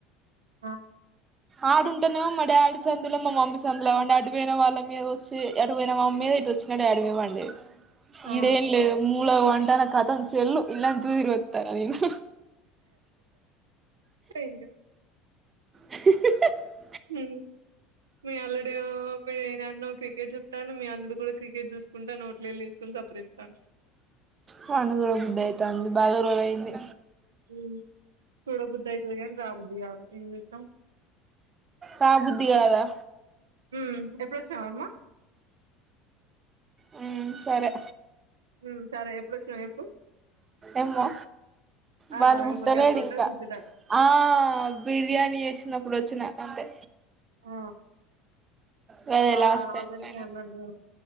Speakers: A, on the right; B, on the right.
A: ఆ
B: అడుంటేనేమో మా డాడీ సందులో మా మమ్మీ సందులో పండబెట్టి పోయిన వాళ్ళ మీద వచ్చి ఎటు పోయిన మా మమ్మీ మీద ఇటు వచ్చినా డాడీ మీద పడే
A: ఆ!
B: ఈడేం లేదు ములగ్ పా ఉంటాన కతం చెల్ ఇల్లంతా తిరిగొత్తా నేను
A: అయ్యో!
B: హి హి హి హి
A: ఉమ్ మీ అల్లుడో మీ నాన్నో క్రికెట్ చుత్తాండు మీ అల్లుడు కూడా క్రికెట్ చూసుకుంటా నోట్లో ఏళ్ళు ఏసుకోని సపరిత్తాడు
B: పనుకో బుద్ధయితాంది బాగా రోలయింది
A: ఉ చూడబద్దయితది కానీ రాబుద్ది కాదు ఏం చెత్తం
B: రాబుద్ధి కాదా
A: ఉ ఎప్పుడొచ్చినావు అమ్మా
B: ఉ సరే
A: ఉ సరే ఎప్పుడొచ్చినావు చెప్పు
B: ఏమో
A: ఆ!
B: వాళ్ళు
A: ఇగ
B: పుట్టలేడు
A: మరి గట్లుంటది
B: ఇంకా
A: ముచ్చట.
B: ఆ బిర్యానీ చేసినప్పుడు వచ్చిన అంతే
A: ఆ
B: గదే
A: ఆ
B: లాస్ట్ టైం
A: ఆల్రడి
B: ఫైనల్
A: అన్నాను